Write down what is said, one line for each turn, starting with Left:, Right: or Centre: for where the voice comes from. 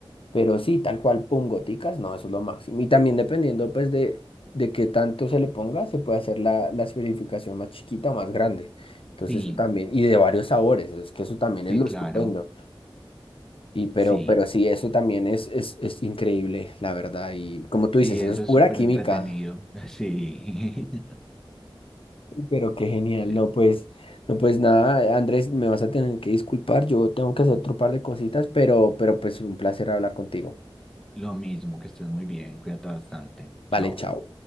Left: Pero sí, tal cual, pum, goticas, no, eso es lo máximo. Y también dependiendo, pues, de, de qué tanto se le ponga, se puede hacer la, la esferificación más chiquita o más grande. Entonces,
Centre: Sí,
Left: eso también, y de varios sabores, es que eso también
Centre: sí,
Left: es lo
Centre: claro.
Left: estupendo. Y pero,
Centre: Sí,
Left: pero sí, eso también es, es, es increíble, la verdad. Y como tú dices,
Centre: sí, eso
Left: eso es pura
Centre: es súper
Left: química.
Centre: entretenido. <laughs> Sí. <laughs>
Left: Pero qué genial,
Centre: Sí.
Left: no, pues, no, pues nada, Andrés, me vas a tener que disculpar, yo tengo que hacer otro par de cositas, pero, pero pues un placer hablar contigo.
Centre: Lo mismo, que estés muy bien, cuídate bastante.
Left: Vale,
Centre: Chao.
Left: chao.